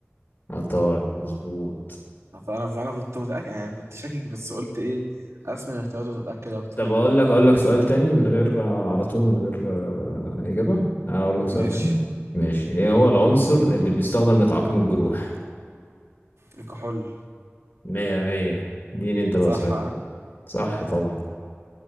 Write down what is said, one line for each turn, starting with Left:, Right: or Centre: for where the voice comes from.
Left: عطارد مظبوط
Right: عط- انا انا كنت متاكد يعني كنت شاكك بس قلت ايه اسمع الاختيارات وتتاكد اكتر
Left: طب اقول لك اقول لك سؤال تاني من غير آه، على طول من غير آه، اجابة اقول لك سؤال
Right: ماشي
Left: تاني ماشي ايه هو العنصر اللي بيستخدم لتعقيم الجروح
Right: الكحول
Left: مية مية دين انت بقى
Right: صح
Left: سؤال
Right: ها
Left: صح طبعا